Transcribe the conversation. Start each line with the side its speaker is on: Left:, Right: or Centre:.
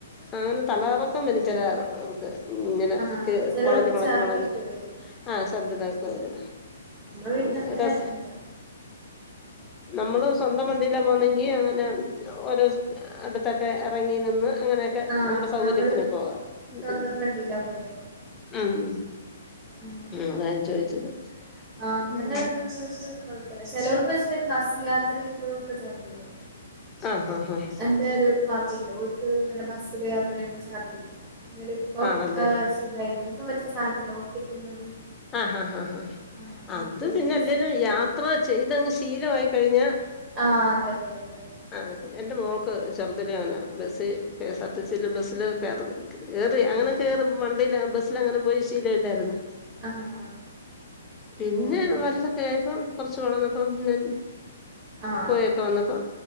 Left: അങ്ങനെ തല കറക്കം വരും ചിലവർക്ക് ഉം ഇങ്ങനെ
Right: ആഹ്
Left: കേ
Right: ചെലോർക്ക്
Left: വളഞ്ഞ് വളഞ്ഞ്
Right: ഛർദിയൊക്കെ
Left: വളഞ്ഞ്
Right: വരും
Left: ആ ശ്രധതാക്കരത്
Right: നമ്മള് പിന്നെ
Left: സൈഡാ
Right: അങ്ങനെ ഇല്ല
Left: നമ്മള് സ്വന്തം വണ്ടിയിലാ പോകുന്നെങ്കിൽ അങ്ങനെ ഓരോ അടുത്തൊക്കെ ഇറങ്ങി നിന്ന് അങ്ങനെയൊക്കെ
Right: ആഹ്
Left: നമ്മുടെ സൗകര്യത്തിന്
Right: നമ്മള്
Left: പോകാം ഉം
Right: സ്വന്തം
Left: ഉം
Right: വണ്ടിയിലാ പോയെ
Left: ഉം
Right: ആഹ്
Left: അതാ ഞാൻ ചോദിച്ചത്
Right: ആഹ് അങ്ങനെ
Left: ഉം
Right: ഇതുള്ളവർക്ക് കൊഴപ്പമില്ല ചിലവർക്ക് പക്ഷേ ബസ് യാത്ര ചെയ്യുമ്പോഴും ഒക്കെ ശർദ്ദി ഉണ്ടാവും
Left: ആഹ് ആഹ് ആഹ്
Right: എന്റെ ഒരു പാർട്ടി ഉണ്ട് ഒര്ക്ക് ഇങ്ങനെ ബസ്സില് യാത്ര ചെയ്യുമ്പോൾ ശർദിക്കും എന്നാല് ഇപ്പം
Left: ആണല്ലേ
Right: ഇതായിട്ടുണ്ട് ഇപ്പ മറ്റേ സാധനമുണ്ടല്ലോ ഒട്ടിക്കുന്നത്
Left: ആഹ് ഹാ ആ ഹ് ഹാ
Right: ആഹ്
Left: അത് പിന്നെ
Right: വെച്ച്
Left: അല്ലെലും യാത്ര ചെയ്തങ്ങ് ശീലമായി കഴിഞ്ഞാ
Right: ആഹ് അതെ അതെ അതെ അതെ
Left: ആഹ് എന്റെ മോൾക്ക് ചെറുതിലെ അങ്ങനാ bus K S R T C bus കേറി
Right: ആണല്ലേ
Left: അങ്ങനെ കേറി വണ്ടി ബസ്സിൽ അങ്ങനെ പോയി ശീലം ഇല്ലായിരുന്നു
Right: ആഹ്
Left: പിന്നെ
Right: ഓഹ്
Left: വലുതൊക്കെ ആയപ്പോ കൊറച്ച് വളർന്നപ്പം പിന്നെ
Right: ആഹ്
Left: പോയൊക്കെ
Right: ആഹ്
Left: വന്നപ്പോ